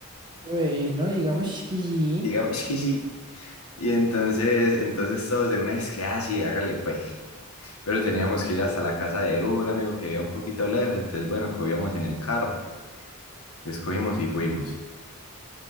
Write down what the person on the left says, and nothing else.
Digamos, es que sí. Y entonces, entonces todos de una vez que, ah, sí, hágale pues. Pero teníamos que ir hasta la casa de un amigo que vivía un poquito lejos, entonces bueno, cogíamos en el carro, entonces cogimos y fuimos.